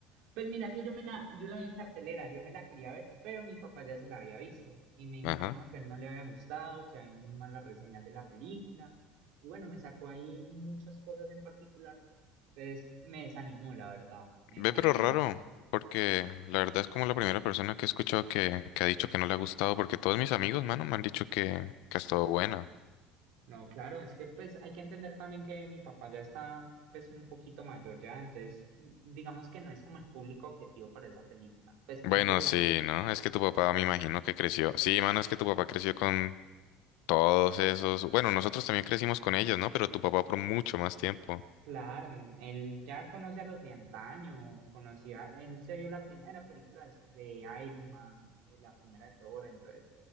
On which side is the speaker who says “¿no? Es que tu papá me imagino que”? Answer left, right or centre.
Left